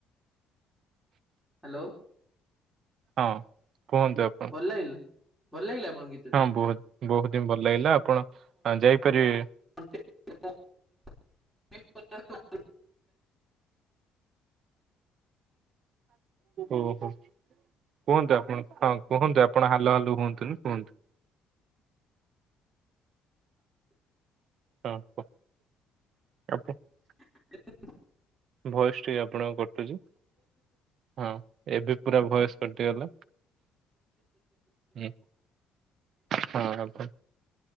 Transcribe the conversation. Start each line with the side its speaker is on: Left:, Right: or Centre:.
Centre: ହ୍ୟାଲୋ
Right: ହଁ କୁହନ୍ତୁ। ଆ
Centre: ଲାଗିଲେ ଭଲ ଲାଗିଲା ଆପଣଙ୍କୁ କି
Right: ହଁ ବହୁତ ବହୁତ ହିଁ ଭଲ ଲାଗିଲା ଆପଣ ଆ ଯାଇପାରିବେ
Centre: <unintelligible>
Right: ଓ ହୋ କୁହନ୍ତୁ ଆପଣ? ହଁ କୁହନ୍ତୁ ଆପଣ ହାଲୋ ହାଲୋ ହୁଅନ୍ତୁନି କୁହନ୍ତୁ। <inaudible>
Centre: <unintelligible>
Right: ଭଏସ୍ ଟିକେ ଆପଣଙ୍କର କଟୁଚି ହଁ ଏବେ ପୁରା ଭଏସ୍ କଟିଗଲା। ହୁଁ ହଁ <unintelligible>